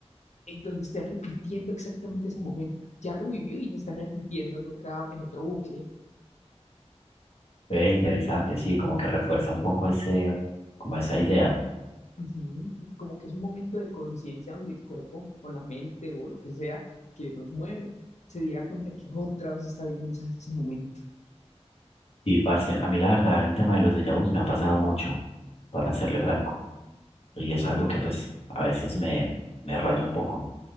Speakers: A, on the left; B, on the left.
A: "Ey, donde esté repitiendo exactamente ese momento, ya lo vivió y lo está repitiendo en otra, en otro bucle.
B: Eh, interesante, sí, como que refuerza un poco ese, como esa idea.
A: Ujú. Como que es un momento de conciencia donde el cuerpo o la mente o lo que sea que nos mueve se diera cuenta que otra vez está viviendo ese, ese momento.
B: Sí, parce, a mí la verdad el tema de los déjà vus me ha pasado mucho, para serle franco, y es algo
A: Yo
B: que
A: no,
B: pues a veces me, me raya un poco.